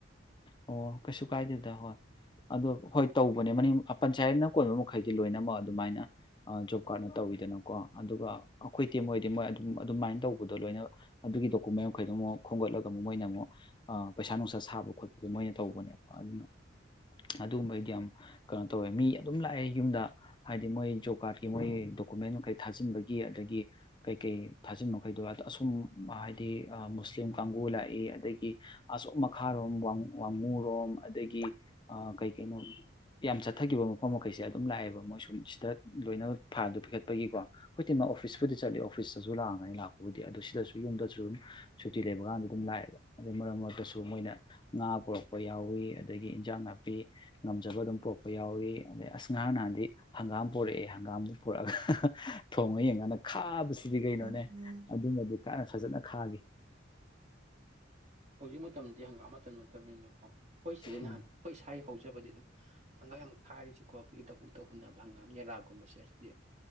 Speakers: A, on the left; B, on the right.
A: ꯑꯣ ꯀꯩꯁꯨ ꯀꯥꯏꯗꯦꯗ ꯍꯣꯏ ꯑꯗꯣ ꯍꯣꯏ ꯇꯧꯕꯅꯦ ꯃꯅꯤꯡ ꯄꯟꯆꯥꯌꯦꯠꯅ ꯀꯣꯟꯕ ꯃꯈꯩꯗꯤ ꯂꯣꯏꯅꯃꯛ ꯑꯗꯨꯃꯥꯏꯅ ꯖꯣꯕ ꯀꯥꯔꯠꯅ ꯇꯧꯋꯤꯗꯅꯀꯣ ꯑꯗꯨꯒ ꯑꯩꯈꯣꯏꯗꯤꯤ ꯃꯣꯏꯗꯤ ꯃꯣꯏ ꯑꯗꯨꯝ ꯑꯗꯨꯃꯥꯏꯅ ꯇꯧꯕꯗꯣ ꯂꯣꯏꯅ ꯑꯗꯨꯒꯤ ꯗꯣꯀꯨꯃꯦꯟ ꯃꯈꯩꯗꯣ ꯑꯃꯨꯛ ꯈꯣꯝꯒꯠꯂꯒ ꯑꯃꯨꯛ ꯃꯣꯏꯅ ꯑꯃꯨꯛ ꯄꯩꯁꯥ ꯅꯨꯡꯁꯥ ꯁꯥꯕ ꯈꯣꯠꯄ ꯑꯗꯨ ꯃꯣꯏꯅ ꯇꯧꯕꯅꯦꯕ ꯑꯗꯨꯅ ꯑꯗꯨꯒꯨꯝꯕꯩꯗꯤ ꯌꯥꯝ ꯀꯩꯅꯣ ꯇꯧꯋꯦ ꯃꯤ ꯑꯗꯨꯝ ꯂꯥꯛꯑꯦ ꯌꯨꯝꯗ ꯍꯥꯏꯗꯤ ꯃꯣꯏ ꯖꯣꯕ ꯀꯥꯔꯠꯀꯤ ꯃꯣꯏ ꯗꯣꯀꯨꯃꯦꯟ ꯃꯈꯩ ꯊꯥꯖꯤꯟꯕꯒꯤ ꯑꯗꯒꯤ ꯀꯩꯀꯩ ꯊꯥꯖꯤꯟꯕ ꯃꯈꯩꯗꯣ ꯑꯁꯨꯝ ꯍꯥꯏꯗꯤ ꯃꯨꯁꯂꯤꯝ ꯀꯥꯡꯕꯨ ꯂꯥꯛꯏ ꯑꯗꯒꯤ ꯑꯁꯨꯝ ꯃꯈꯥꯔꯣꯝ ꯋꯥꯃꯨꯔꯣꯝ ꯑꯗꯒꯤ ꯀꯩ ꯀꯩꯅꯣ ꯌꯥꯝ ꯆꯠꯊꯈꯤꯕ ꯃꯐꯝ ꯃꯈꯩꯁꯦ ꯑꯗꯨꯝ ꯂꯥꯛꯑꯦꯕ ꯃꯣꯏ ꯁꯨꯝ ꯁꯤꯗ ꯂꯣꯏꯅ ꯐꯥꯗ ꯄꯤꯈꯠꯄꯒꯤꯀꯣ ꯍꯧꯖꯤꯛꯇꯤ ꯃꯥ ꯑꯣꯐꯤꯁꯄꯨꯗꯤ ꯆꯠꯂꯤ ꯑꯣꯐꯤꯁꯇꯁꯨ ꯂꯥꯛꯒꯅꯤ ꯂꯥꯛꯄꯕꯨꯗꯤ ꯑꯗꯨꯣ ꯁꯤꯗꯁꯨ ꯌꯨꯝꯗꯁꯨ ꯑꯗꯨꯝ ꯁꯨꯇꯤ ꯂꯩꯕꯀꯥꯟꯗ ꯑꯗꯨꯝ ꯂꯥꯛꯑꯦꯕ ꯑꯗꯨꯗꯩ ꯃꯔꯛ ꯃꯔꯛꯇꯁꯨ ꯃꯣꯏꯅ ꯉꯥ ꯄꯨꯣꯔꯛꯄ ꯌꯥꯎꯏꯤ ꯑꯗꯒꯤ ꯏꯟꯖꯥꯡ ꯅꯥꯄꯤ ꯉꯝꯖꯕ ꯑꯗꯨꯝ ꯄꯔꯛꯄ ꯌꯥꯎꯏꯤ ꯑꯗꯩ ꯑꯁ ꯉꯍꯥꯡ ꯅꯍꯥꯟꯗꯤ ꯍꯪꯒꯥꯝ ꯄꯣꯔꯛꯑꯦ ꯍꯪꯒꯥꯝꯗꯨ ꯄꯔꯛꯑꯒ ꯊꯣꯡꯉ ꯌꯦꯡꯀꯥꯟꯗ ꯈꯥꯕꯁꯤ ꯁꯤꯗꯤ ꯀꯩꯅꯣꯅꯦ
B: ꯎꯝ ꯎꯝ
A: ꯑꯗꯨꯝꯕꯗꯤ ꯀꯥꯅ ꯐꯖꯅ ꯈꯥꯒꯦ
B: ꯎꯝ ꯍꯧꯖꯤꯛ ꯃꯇꯝꯗꯤ ꯍꯪꯒꯥꯝ ꯃꯇꯟ ꯅꯠꯇꯕꯅꯤꯅꯀꯣ ꯍꯈꯣꯏ ꯁꯤꯁꯦ
A: ꯎꯝ
B: ꯅꯍꯥꯟ ꯑꯩꯈꯣꯏ ꯁ ꯍꯧ ꯆꯕꯗꯤꯅꯝ ꯍꯪꯒꯥꯥꯡ ꯌꯥꯝꯨꯛ ꯀꯥꯏꯔꯤꯁꯤꯀꯣ ꯑꯩꯈꯣꯏꯒꯤ ꯗꯕꯨꯛꯇ ꯍꯨꯟꯅꯕ ꯍꯪꯒꯥꯝ ꯌꯦꯂꯥꯒꯨꯝꯕꯁꯦ ꯑꯁꯤꯗꯤ